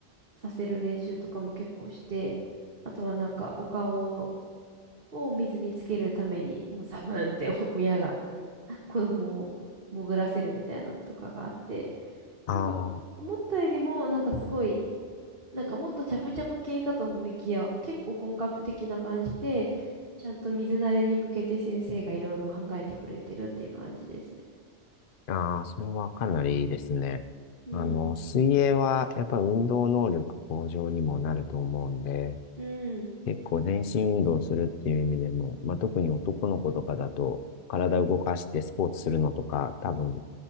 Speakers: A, on the right; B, on the left.
A: させる練習とかも結構して、あとはなんかお顔を水につけるために、もうザブーンってお親が <laughs> 子供を潜らせるみたいなのとかがあって、
B: ああ。
A: なんか思ったよりもなんかすごい、なんかもっとチャプチャプ系かと思いきや、結構本格的な感じで、ちゃんと水慣れに向けて先生がいろいろ考えてくれてるっていう感じですね。
B: ああ、それはかなりいいですね。
A: うん。
B: あの、水泳はやっぱ運動能力向上にもなると思うんで、
A: うん。
B: 結構全身運動するっていう意味でも、まあ、特に男の子とかだと、体を動かしてスポーツするのとか、多分